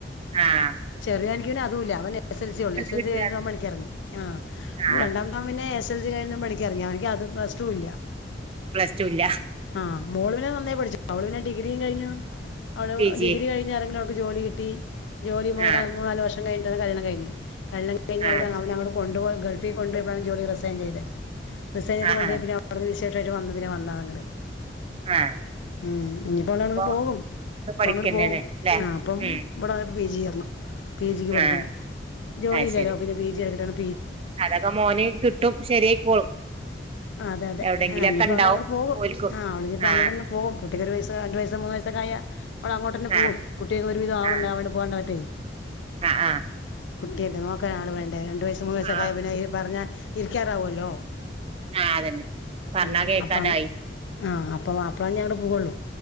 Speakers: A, on the right; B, on the left.
A: ആഹ്
B: ചെറിയാനിക്ക് പിന്ന അതുല്ല അവൻ എ എസ് എസ് എൽസി ഒണ്ട് എസ്എൽസി
A: കിട്ടുക
B: ഴിഞ്ഞതും അവൻ പണിക്കിറങ്ങി ആ മ്ബ്
A: ആ
B: രണ്ടാമത്തവൻ പിന്നെ എസ് സെൽസികഴിഞ്ഞ് പണിക്ക് ഇറങ്ങി അവനിക്ക് അതും പ്ലസ്ടു ഇല്ല
A: പ്ലസ് ടു ഇല്ല
B: ആഹ് മോളു പിന്നെ നന്നായി പഠിച്ചു അവളു പിന്നെ ഡിഗ്രീം കഴിഞ്ഞു അവള്
A: പി ജി
B: ഡിഗ്രി കഴിഞ്ഞ് എറങ്ങടുത്ത് ജോലി കിട്ടി ജോലി മോനാ
A: ആ
B: മൂന്നാല് വർഷം കഴിഞ്ഞിട്ടാണ് കല്യാണം കഴിഞ്ഞേ കല്യാണം കഴിഞ്ഞേ
A: ആ
B: അവര് അവ അവനങ്ങട് കൊണ്ടു പോയ ഗൾഫിൽ കൊണ്ടോഴപ്പഴാണ് ജോലി റിസൈൻ ചെയ്തേ റിസൈൻ ചെയ്ത്
A: ആ
B: കൊണ്ടോഴപ്പഴേ
A: ആ
B: അവിടുന്ന് വിശേഷായിട്ട് വന്ന് പിന്നെ വന്ന് ആ ആങ്ങട്
A: ആ
B: ഉം ഇനിയിപ്പോ അവള് അവിടന്ന്
A: ഇപ്പൊ
B: പോകും അപ്പ
A: പഠിക്കന്നെയാണ്
B: അങ്ങ്ട് പോകും
A: അല്ലേ
B: ആ അപ്പം
A: ഉം
B: ഇവിടെ പിജിയാ ത്ത്ണ പി ജിക്ക് പഠിക്കണ്
A: ആ
B: ജോലിഇല്ലല്ലോ
A: അത് ശരി
B: പിന്നെ പി ജി എടുക്കട്ടന്ന്
A: അതൊക്കെ മോന് കിട്ടും ശരിയായിക്കോളും
B: അതെ അതെ
A: എവിടെങ്കിലൊക്കെ
B: ആ ഇനിപ്പോ
A: ഉണ്ടാവും
B: അവനങ്ങട് പോകും
A: ഓൽക്കും
B: ആ അവളിഞ്ഞിപ്പോ അങ്ങട്
A: ആ
B: തന്നെ പോകും പുട്ടിക്കൊരുവയസ്സ് താ രണ്ടു വയസ്സാ മൂന്ന് വയസക്ക ആയാ അവള് അങ്ങട്ടന്നെ പോവും
A: ആ
B: കുട്ടിയിത് ഒരു വിധം ആവണ്ടേ
A: ആ
B: അവിടെ പുവാണ്ട് പറ്റേ
A: ആ ആ
B: കുട്ടിയെ എല്ലാക്ക്‌ ഒര് ആള് വേണ്ടേ രണ്ടു വയസ്സ് മൂന്ന് വയസക്ക
A: ആ
B: ആയാ പിന്നെ ഈ പറഞ്ഞ ഇരിക്കാറഅവുല്ലോ
A: ആ അതന്നെ പറഞ്ഞാ
B: ഉം
A: കേക്കാനായി
B: അപ്പം അങ്ങട് ആ അപ്പോ വാപ്പളാന്റെ അങ്ങട് പോവോള്ളൂ